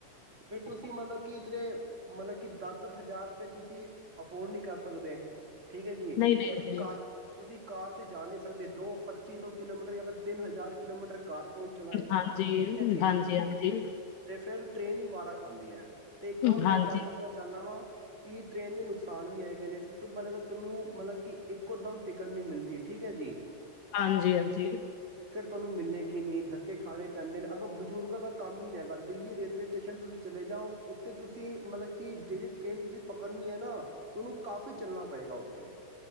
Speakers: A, on the right (about 20°); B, on the left (about 75°).
A: ਫਿਰ ਤੁਸੀਂ ਮਤਲਬ ਕਿ ਇਦੇ ਮਤਲਬ ਕਿ ਦਸ ਦਸ ਹਜ਼ਾਰ ਰੁਪਏ ਤੁਸੀਂ ਅਫੋਰਡ ਨਹੀਂ ਕਰ ਸਕਦੇ ਠੀਕ ਹੈ ਜੀ।
B: ਨਹੀਂ ਨਹੀਂ
A: ਤੁਸੀਂ
B: ਨਹੀਂ
A: ਕਾਰ ਤੁਸੀਂ ਕਾਰ ਤੇ ਜਾਣੇ ਦ ਪੱਚੀ ਸੌ ਕਿਲੋਮੀਟਰ ਜਾਂ ਫਿਰ ਤਿੰਨ ਹਜ਼ਾਰ ਕਿਲੋਮੀਟਰ ਕਾਰ ਕੌਣ ਚਲਾਏ।
B: ਹਾਂਜੀ
A: ਠੀਕ ਹੈ ਜੀ।
B: ਹਾਂਜੀ ਹਾਂਜੀ
A: ਤੇ ਫਿਰ ਟ੍ਰੇਨੀ ਵਾਰਾ ਖਾਂਦੀ ਹੈ। ਤੇ ਇੱਕ ਹੋਰ
B: ਹਾਂਜੀ
A: ਮੈਂ ਗੱਲ ਦੱਸਣਾ ਚਾਹੁੰਦਾ ਵਾਂ ਕਿ ਟ੍ਰਰੇਨ ਦੇ ਨੁਕਸਾਨ ਵੀ ਹੈਏਗੇਏ ਨੇ ਸਭ ਤੋਂ ਪਹਿਲਾਂ ਤਾਂ ਤੁਹਾਨੂੰ ਮਤਲਬ ਕਿ ਇੱਕੋ ਦਮ ਟਿਕਟ ਨਹੀਂ ਮਿਲਦੀ ਠੀਕ ਹੈ ਜੀ।
B: ਹਾਂਜੀ, ਹਾਂਜੀ।
A: ਤੁਹਾਨੂੰ ਮਿਲੇਗੀ ਨਹੀਂ ਧੱਕੇ ਖਾਣੇ ਪੈਂਦੇ ਨੇ ਅਗਰ ਬਜ਼ੁਰਗਾਂ ਦਾ ਕੰਮ ਹੀ ਨਹੀਂ ਹੈਗਾ ਦਿੱਲੀ ਰੇਲਵੇ ਸਟੇਸ਼ਨ ਤੁਸੀਂ ਚਲੇ ਜਾਓ ਉੱਥੇ ਤੁਸੀਂ ਮਤਲਬ ਕਿ ਜਿਹੜੀ ਟ੍ਰੇਨ ਤੁਸੀਂ ਪਕੜਨੀ ਹੈ ਨਾ ਤੁਹਾਨੂੰ ਕਾਫ਼ੀ ਚੱਲਣਾ ਪਏਗਾ ਉੱਥੇ